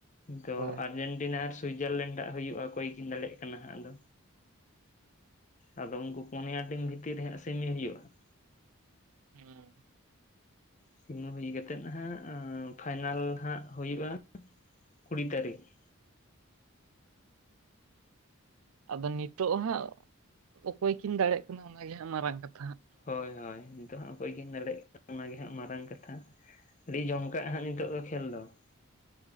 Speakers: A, on the left (about 35°); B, on the right (about 80°).
A: ᱟᱫᱚ
B: ᱦᱳᱭ
A: ᱟᱨᱡᱮᱱᱴᱤᱱᱟ ᱟᱨ ᱥᱩᱭᱡᱟᱨᱞᱮᱱᱰ ᱟᱜ ᱦᱩᱭᱩᱜᱼᱟ ᱚᱠᱚᱭ ᱠᱤᱱ ᱫᱟᱲᱮᱭᱟᱜ ᱠᱟᱱᱟ ᱦᱟᱸᱜ ᱟᱫᱚ! ᱟᱫᱚ ᱩᱱᱠᱩ ᱯᱚᱱᱭᱟ ᱴᱤᱢ ᱵᱷᱤᱛᱤᱨ ᱨᱮ ᱦᱟᱸᱜ ᱥᱮᱢᱤ ᱦᱩᱭᱩᱜᱼᱟ ᱾
B: ᱦᱩᱸ ᱾
A: ᱥᱤᱢᱟᱹ ᱦᱩᱭ ᱠᱟᱛᱮᱫ ᱦᱟᱜ ᱟᱸ ᱯᱷᱟᱭᱱᱟᱞ ᱦᱟᱸᱜ ᱦᱩᱭᱩᱜᱼᱟ ᱠᱩᱲᱤ ᱛᱟᱹᱨᱤᱠᱷ ᱾
B: ᱟᱫᱚ ᱱᱤᱛᱚᱜ ᱦᱟᱸᱜ ᱚᱠᱚᱭ ᱠᱤᱱ ᱫᱟᱲᱭᱟᱜ ᱠᱟᱱᱟ ᱚᱱᱟᱜᱮ ᱦᱟᱸᱜ ᱢᱟᱨᱟᱝ ᱠᱟᱛᱷᱟ ᱦᱟᱸᱜ ᱾
A: ᱦᱳᱭ ᱦᱳᱭ ᱱᱤᱛᱚᱜ ᱦᱟᱜ ᱚᱠᱚᱭ ᱠᱤᱧ ᱫᱟᱲᱮᱭᱟᱜ ᱠᱟᱱᱟ ᱚᱱᱟᱜᱮ ᱦᱟᱸᱜ ᱢᱟᱨᱟᱝ ᱠᱟᱛᱷᱟ ᱾ ᱟᱹᱰᱤ ᱡᱚᱢ ᱠᱟᱜᱼᱟ ᱦᱟᱸᱜ ᱱᱤᱛᱚᱜ ᱫᱚ ᱠᱷᱮᱞ ᱫᱚ ᱾